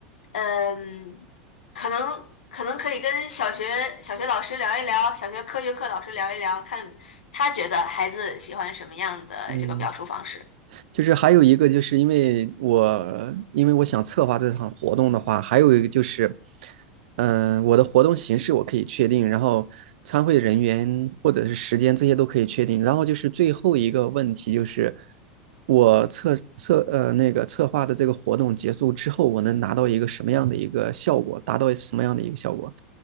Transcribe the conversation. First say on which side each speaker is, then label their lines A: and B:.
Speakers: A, on the left (about 85°); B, on the right (about 70°).
A: 嗯、可能可能可以跟小学小学老师聊一聊，小学科学课老师聊一聊，看他觉得孩子喜欢什么样的这个表述方式。
B: 嗯。就是还有一个，就是因为我因为我想策划这场活动的话，还有一个就是，嗯、我的活动形式我可以确定，然后参会人员或者是时间这些都可以确定，然后就是最后一个问题就是我策策呃那个策划的这个活动结束之后，我能拿到一个什么样的一个效果，达到什么样的一个效果？